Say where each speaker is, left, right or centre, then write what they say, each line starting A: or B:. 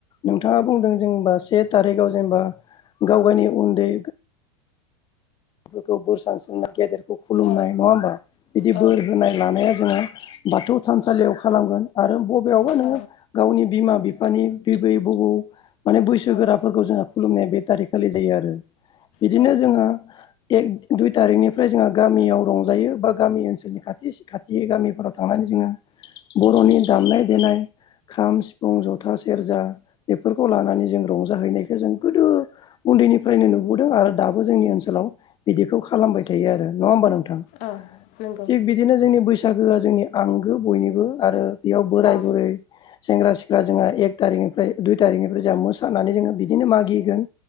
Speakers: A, on the left (about 30°); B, on the left (about 45°).
A: नोंथाङा बुंदों जोंबा से थारिखाव जेनेबा गाव गायनि उन्दै फोरखौ बोर सारस्रिनाय गेदेरखौ खुलुमनाय
B: औ
A: नङा होमबा बिदि
B: औ
A: बोर होनाय लानाया जोङो बाथौ थानसालियाव खालामगोन आरो ब बेयावबो
B: औ
A: नोङो गावनि बिमा बिफानि बिबै बबौ माने बैसोगोराफोरखौ
B: औ
A: जोङो खुलुमनाया बे थारिकखालि जायो आरो बिदिनो
B: औ
A: जोङो दुइ थारिकनिफ्राय जोङो गामियाव रंजायो बा गामि ओनसोलनि खाथि खाथि गामिफोराव थांनानै जोङो बर'नि दामनाय देनाय खाम सिफुं जथा सेरजा बेफोरखौ लानानै जों रंजाहैनायखौ जों गोदो उन्दैनिफ्रायनो नुबोदों आरो दाबो जोंनि ओनसोलाव बिदिखौ खालामबाय थायो आरो नङा होमबा नोंथां
B: औ नंगौ
A: थिग बिदिनो जोंनि बैस बैसागुआ जोंनि आंगो बयनिबो आरो बेयाव बोराय
B: औ
A: बुरै सेंग्रा सिख्ला जोङो एक टारिकनिफ्राय दुइ टारिकनिफ्राय जोंहा मोसानानै जोङो बिदिनो मागिगोन